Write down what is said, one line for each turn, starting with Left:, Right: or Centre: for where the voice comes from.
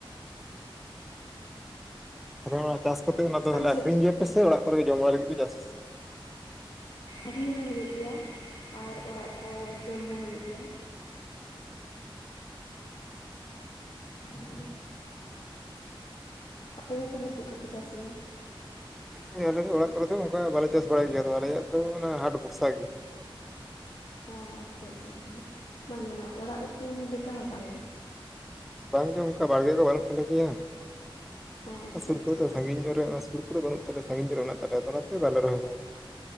Centre: ᱛᱟᱦᱚᱞᱮ ᱚᱱᱟ ᱪᱟᱥ ᱠᱟᱛᱮ ᱚᱱᱟ ᱫᱚ
Left: ᱟᱯᱮ ᱥᱮᱫ
Centre: ᱟᱠᱷᱨᱤᱧ ᱜᱮᱭᱟᱯᱮ ᱥᱮ ᱚᱲᱟᱜ ᱠᱚ ᱜᱮ ᱡᱚᱢᱟᱜ ᱨᱮᱜᱮᱯᱮ ᱪᱟᱥ?
Left: ᱟᱹᱠᱷᱨᱤᱧ ᱦᱚᱸ ᱦᱩᱭᱩᱜ ᱜᱮᱭᱟ, ᱟᱨ ᱚᱲᱟᱜ ᱠᱚ ᱡᱚᱢ ᱦᱚᱸ ᱦᱩᱭᱩᱜ ᱜᱮᱭᱟ᱾ <inaudible> ᱟᱯᱮ ᱫᱚ ᱛᱟᱦᱚᱞᱮ ᱪᱮᱫ ᱠᱚᱯᱮ ᱪᱟᱥ ᱜᱮᱭᱟ?
Centre: ᱦᱮᱸ ᱟᱞᱮ ᱚᱲᱟᱜ ᱠᱚᱨᱮ ᱫᱚ ᱚᱱᱠᱟ ᱵᱟᱞᱮ ᱪᱟᱥ ᱵᱟᱲᱟᱭ ᱜᱮᱭᱟ, ᱟᱞᱮᱭᱟᱜ ᱫᱚ ᱚᱱᱟ ᱦᱟᱴ ᱵᱷᱚᱨᱥᱟ ᱜᱮ᱾
Left: ᱚ ᱟᱪᱪᱷᱟ, ᱟᱪᱪᱷᱟ, ᱟᱪᱪᱷᱟ ᱢᱟᱱᱮ ᱚᱲᱟᱜ ᱩᱛᱩ ᱞᱮᱠᱟ ᱦᱚᱸ ᱵᱟᱝᱟ?
Centre: ᱵᱟᱝᱜᱮ ᱚᱱᱠᱟ ᱵᱟᱲᱜᱮ ᱫᱚ ᱵᱟᱹᱱᱩᱜ ᱛᱟᱞᱮ ᱜᱮᱭᱟ,
Left: ᱚ
Centre: ᱚᱱᱠᱟ
Left: ᱟᱪᱪᱷᱟ
Centre: ᱥᱩᱨ
Left: ᱟᱪᱪᱷᱟ
Centre: ᱠᱚᱨᱮ ᱫᱚ
Left: ᱟᱪᱪᱷᱟ
Centre: ᱥᱟᱺᱜᱤᱧ ᱧᱚᱜ ᱨᱮ ᱥᱩᱨ ᱥᱩᱨ ᱠᱚᱨᱮ ᱵᱟᱹᱱᱩᱜ ᱛᱟᱞᱮ ᱥᱟᱺᱜᱤᱧ ᱠᱚ ᱨᱮ ᱢᱮᱱᱟᱜ ᱛᱟᱞᱮ, ᱚᱱᱟᱛᱮ ᱵᱟᱞᱮ ᱨᱚᱦᱚᱭ ᱵᱟᱲᱟᱭ ᱜᱮᱭᱟ᱾